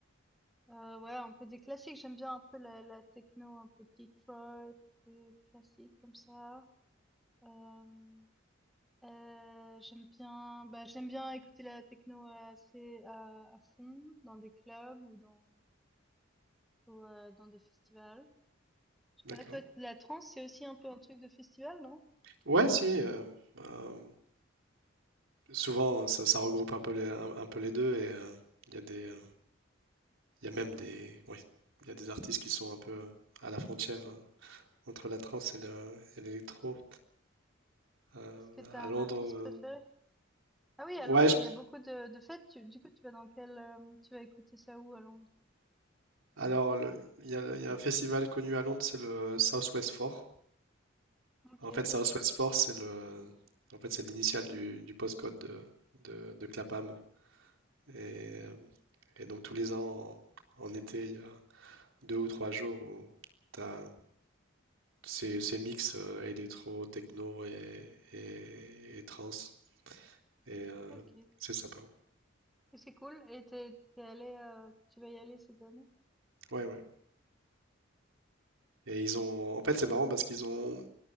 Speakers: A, in the centre; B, on the right (about 80°).
A: Euh, ouais, un peu des classiques. J'aime bien un peu la, la techno, un peu Detroit, un peu classique comme ça. Euh, Euh, j'aime bien, bah, j'aime bien écouter la techno euh, assez à, à fond dans des clubs ou dans ou, euh, dans des festivals. Je sais
B: D'accord.
A: pas, toi, la trance, c'est aussi un peu un truc de festival, non?
B: Ouais, si. euh, bah, souvent, ça, ça regroupe un peu les, un, un peu les deux et euh, il y a des, euh, il y a même des, oui, il y a des artistes qui sont un peu euh, à la frontière euh, entre la trance et le- et l'électro. Euh,
A: Est-ce que t'as
B: à
A: un
B: Londres,
A: artiste
B: euh,
A: préféré? Ah oui, à
B: ouais.
A: Londres,
B: je-
A: il y a beaucoup de, de fêtes. Tu- du coup, tu vas dans quel, euh, tu vas écouter ça où à Londres?
B: alors, le- il y a, le- il y a un festival connu à Londres, c'est le Southwest Four.
A: Ok,
B: En fait, Southwest Force, c'est le, en fait, c'est l'initiale du, du postcode de, de, de Clapham. Et, euh, et donc, tous les ans, en, en été, il y a deux ou trois jours où tu as ces, ces mix euh, électro, techno et, et, et trance. Et euh,
A: ok. Et
B: c'est sympa.
A: c'est cool. Et t'es, t'es allé, euh, tu vas y aller cette année?
B: Ouais, ouais. Et ils
A: Cool.
B: ont, en fait, c'est marrant parce qu'ils ont,